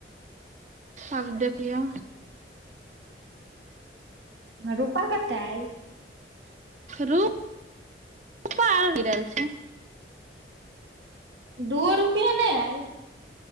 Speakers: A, on the right; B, on the right.
A: आब देखियौ।
B: रूपा कता आयल।
A: रू-पा आबि रहल छैय।
B: दूओ रुपया नय आयल।